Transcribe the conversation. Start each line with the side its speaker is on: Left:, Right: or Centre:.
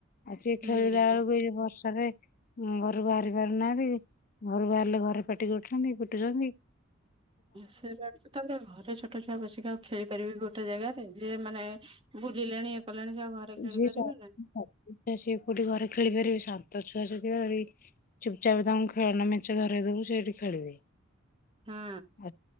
Left: ଆଜି
Right: ହୁଁ
Left: ଖେଳିଲା ବେଳକୁ ଏ ବର୍ଷାରେ ଉ-ଉ ଘରୁ ବାହାରି ପାରୁନାହାନ୍ତି। ଘରୁ ବାହାରିଲେ ଘରେ ପାଟି କରୁଛନ୍ତି, କୁଟୁଛନ୍ତି।
Right: ସେ <unintelligible> ତାପରେ ଘରେ ଛୋଟ ଛୁଆ ବସିକି ଆଉ ଖେଳିପାରିବେ ଗୋଟେ ଜାଗାରେ ଯିଏ ମାନେ-ଏ-ଏ ବୁଲିଲେଣି ଇଏ କଲେଣି ସିଏ ଆଉ ଘରେ ଖେଳି
Left: ଯିଏ
Right: ପାରିବେ
Left: <inaudible> ସିଏ କୋଉଠି ଘରେ ଖେଳିପାରିବେ ଶାନ୍ତ ଛୁଆ <unintelligible> ଚୁପଚାପ ତାଙ୍କୁ ଖେଳନା ମେଞ୍ଚେ ଧରେଇ ଦବୁ ସେଇଠି ଖେଳିବେ।
Right: ନା
Left: ଆ